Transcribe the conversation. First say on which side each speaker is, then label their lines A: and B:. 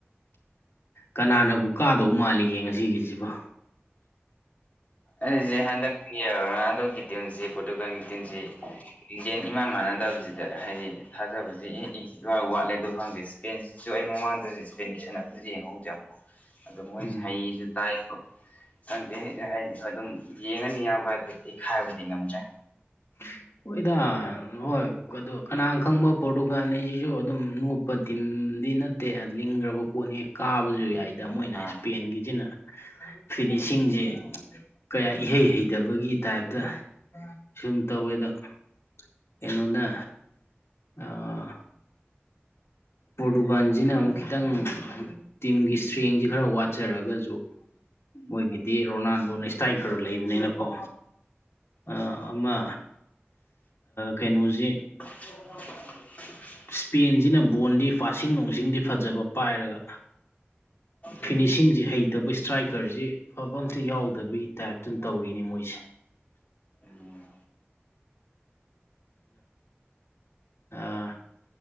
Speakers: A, on the left (about 75°); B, on the left (about 35°).
A: ꯀꯅꯥꯅꯕꯨ ꯀꯥꯗꯧ ꯃꯥꯜꯂꯤꯒꯦ ꯉꯁꯤꯒꯤꯖꯤꯕꯣ
B: ꯑꯩꯁꯤ ꯍꯟꯗꯛꯀꯤ ꯔꯣꯅꯥꯜꯗꯣꯒꯤ ꯇꯤꯝꯁꯤ ꯄꯣꯔꯇꯨꯒꯥꯟꯒꯤ ꯇꯤꯝꯁꯤ ꯂꯤꯡꯖꯦꯟ ꯏꯃꯥꯟ ꯃꯥꯟꯅꯗꯕꯖꯤꯗ ꯍꯥꯏꯗꯤ ꯊꯥꯖꯕꯖꯦ ꯏꯪ ꯏ ꯏꯋꯥꯠ ꯋꯥꯠꯂꯦ ꯑꯗꯨ ꯈꯪꯗꯦ ꯏꯁꯄꯦꯟꯁꯤꯁꯨ ꯑꯩ ꯃꯃꯥꯡꯗꯁꯨ ꯏꯁꯄꯦꯟꯒꯤ ꯁꯥꯟꯅꯕꯗꯨꯁꯨ ꯌꯦꯡꯍꯧꯗ꯭ꯔꯦ ꯑꯃꯐꯥꯎ ꯑꯗꯣ ꯃꯣꯏꯁꯦ
A: ꯎꯝ
B: ꯍꯩꯁꯨ ꯇꯥꯏ ꯈꯪꯗꯦ ꯍꯥꯏꯁ ꯑꯗꯨꯝ ꯌꯦꯡꯉꯅꯤ ꯏꯌꯥꯝꯕ ꯑꯗꯨꯗꯤ ꯈꯥꯏꯕꯗꯤ ꯉꯝꯗ꯭ꯔꯦ
A: <unintelligible> ꯍꯣꯏꯗ ꯍꯣꯏ ꯑꯣ ꯀꯅꯥ ꯈꯪꯕ ꯄꯣꯔꯇꯨꯒꯥꯟ ꯍꯥꯏꯁꯤꯁꯨ ꯑꯗꯨꯝ ꯅꯣꯄ ꯇꯤꯝꯗꯤ ꯅ ꯇꯦ ꯂꯤꯒ꯭ꯔꯕ ꯄꫭꯠꯅꯤ ꯀꯥꯕꯖꯨ ꯌꯥꯏ ꯌꯥꯝ ꯃꯣꯏꯅ
B: ꯑꯥ
A: ꯏꯁꯄꯦꯟꯒꯤꯖꯤꯅ ꯐꯤꯅꯤꯁꯤꯡꯖꯦ ꯀꯌꯥ ꯏꯍꯩ ꯍꯩꯇꯕꯒꯤ ꯇꯥꯏꯞꯇ ꯁꯨꯝ ꯇꯧꯋꯦ ꯑꯗꯣ ꯀꯩꯅꫭꯅ ꯑꯥ ꯄꯔꯣꯇꯨꯒꯥꯟꯖꯤꯅ ꯑꯃꯨꯛ ꯈꯤꯇꯪ ꯇꯤꯝꯒꯤ ꯏꯁꯇ꯭ꯔꯦꯡꯁꯤ ꯈꯔ ꯋꯥꯠ ꯆꯠꯆꯔꯒꯁꯨ ꯃꯣꯏꯒꯤꯗꯤ ꯔꯣꯅꯥꯜꯗꯣꯅ ꯏꯁꯇꯥꯏꯀꯔ ꯂꯩꯕꯅꯤꯅꯀꯣ ꯑꯥ
B: ꯎꯝ
A: ꯑꯃ ꯀꯩꯅꯣꯁꯤ
B: <inaudible>
A: ꯏꯁꯄꯦꯟꯁꯤꯅ ꯕꯣꯟꯗꯤ ꯄꯥꯁꯤꯡ ꯅꯨꯡꯁꯤꯡꯗꯤ ꯐꯖꯕ ꯄꯥꯏꯔꯒ
B: ꯎꯝ
A: ꯐꯤꯅꯤꯁꯤꯡꯁꯤ ꯍꯩ ꯇꯕꯨ ꯏꯁꯇ꯭ꯔꯥꯏꯀꯔꯁꯤ ꯑꯐꯕ ꯑꯝꯇ ꯌꯥꯎꯗꯕꯒꯤ ꯇꯥꯏꯞꯇꯝ ꯇꯧꯔꯤꯅꯦ ꯃꯣꯏꯁꯦ
B: ꯎꯝ
A: ꯑꯥ